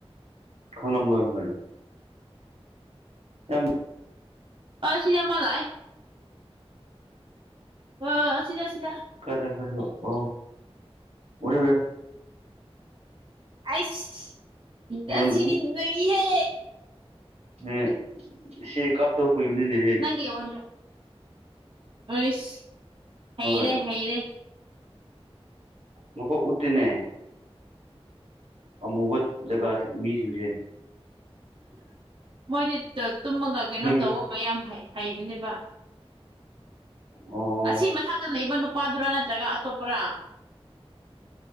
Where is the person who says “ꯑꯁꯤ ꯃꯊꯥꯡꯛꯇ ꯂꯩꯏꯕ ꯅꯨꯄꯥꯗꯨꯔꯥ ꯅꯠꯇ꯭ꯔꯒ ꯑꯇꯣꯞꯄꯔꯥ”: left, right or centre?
Right